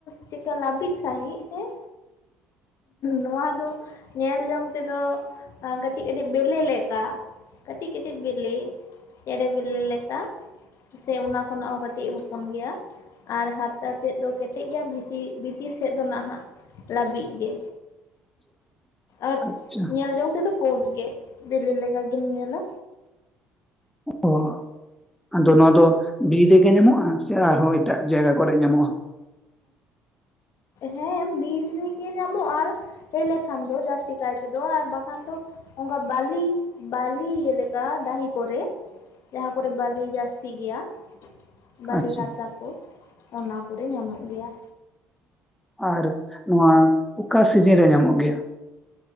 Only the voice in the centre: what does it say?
<unintelligible>
ᱟᱪᱪᱷᱟ
ᱚ ᱟᱫᱚ ᱱᱚᱣᱟ ᱫᱚ ᱵᱤᱨ ᱨᱮᱜᱮ ᱧᱟᱢᱚᱜᱼᱟ ᱥᱮ ᱟᱨᱦᱚᱸ ᱮᱴᱟᱜ ᱡᱟᱭᱜᱟ ᱠᱚᱨᱮ ᱧᱟᱢᱚᱜᱼᱟ?
ᱟᱪᱪᱷᱟ
ᱟᱨ ᱱᱚᱣᱟ ᱚᱠᱟ ᱥᱤᱡᱤᱱ ᱨᱮ ᱧᱟᱢᱚᱜ ᱜᱮᱭᱟ᱾